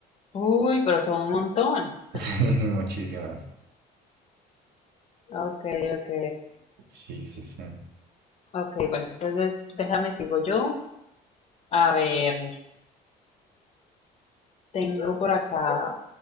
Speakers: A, on the left; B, on the right.
A: Uy, pero son un montón.
B: Sí, muchísimas.
A: Ok, ok.
B: Sí, sí, sí.
A: Ok, bueno, entonces déjame sigo yo. A ver. Tengo por acá,